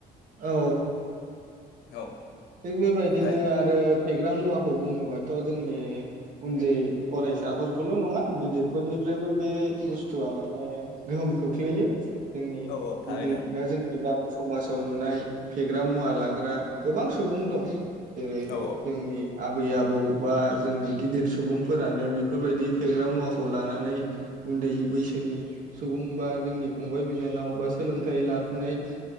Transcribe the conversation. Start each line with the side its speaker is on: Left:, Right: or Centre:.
Right: औ
Left: औ।
Right: थिग बेबायदिनो
Left: ओमफ्राय
Right: आरो फेग्रा मुवाखौ बुङोबाथ जोंनि उन्दै फरायसाफोरखौल नङा गिदिरफोरनिफ्रायबो बे बुस्थुवा माने गोहोम खोख्लैयो। जोंनि
Left: औ औ थारैनो
Right: गिदिर बा जोंनि गामि समाजाव नुनाय फेग्रा मुवा लाग्रा गोबां स सुबुं दं। जेरै
Left: औ
Right: जोंनि आबै आबौ बा जोंनि गिदिर सुबुंफोरानो बि बेफोरबायदि फेग्रा मुवाखौ लानानै उन्दै बैसोनि सुबुं बा जोंनि फंबाय बिनानाव बा सोलोंथाइ लाफुनाय